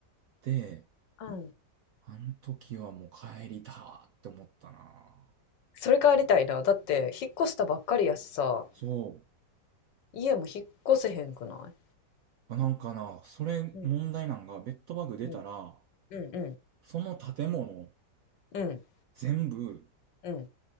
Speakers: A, on the right; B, on the left.
A: で
B: うん。
A: あの時はもう帰りたって思ったな。
B: それ帰りたいな。だって、引っ越したばっかりやしさ、
A: そ
B: 家も引っ越せへんくない
A: う。なんかな、それ問題なんが、
B: うん。
A: ベッドバグ出たら、
B: うん。うんうん
A: その建物
B: うん
A: 全部、
B: うん。